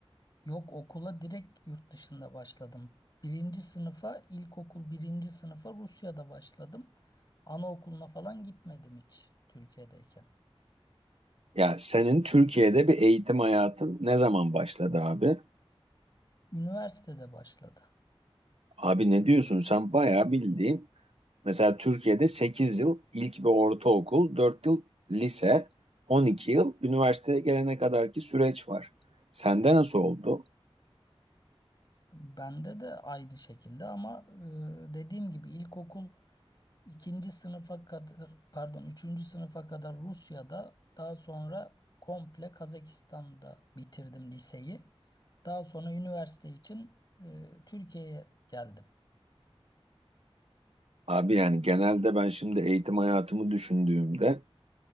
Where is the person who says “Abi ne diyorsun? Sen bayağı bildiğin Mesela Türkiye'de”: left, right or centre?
Right